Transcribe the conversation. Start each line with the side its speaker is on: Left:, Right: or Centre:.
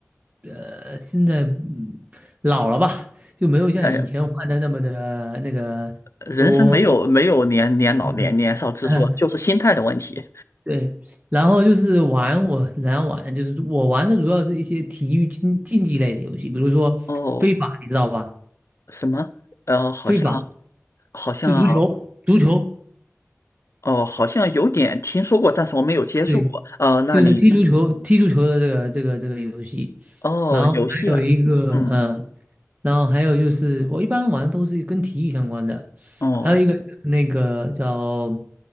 Right: 呃，现在嗯老了吧，就没有像以前玩的那么的那个多，
Left: 哎呀，人生没有没有年年老年年少之说，
Right: 嗯，<laughs>
Left: 就是心态的问题。
Right: 对，然后就是玩我，来玩就是我玩的主要是一些体育竞竞技类的游戏，比如说飞法，
Left: 哦，
Right: 你知道吧？
Left: 什么？呃，好像
Right: 飞法
Left: 好像
Right: 就足球，足球，
Left: 哦，好像有点听说过，但是我没有接触过。
Right: 对，
Left: 呃，那你
Right: 就是踢足球，踢足球的这个这个这个游戏。
Left: 哦，
Right: 然后还有一个，
Left: 游戏啊，嗯，
Right: 嗯，然后还有就是我一般玩的都是跟体育相关的，
Left: 哦。
Right: 还有一个就是那个叫